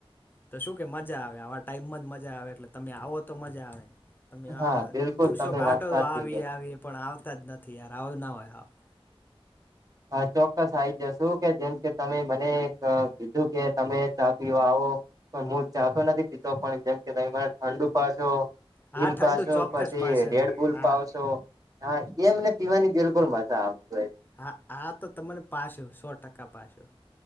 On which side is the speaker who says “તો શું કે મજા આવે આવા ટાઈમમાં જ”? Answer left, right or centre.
Left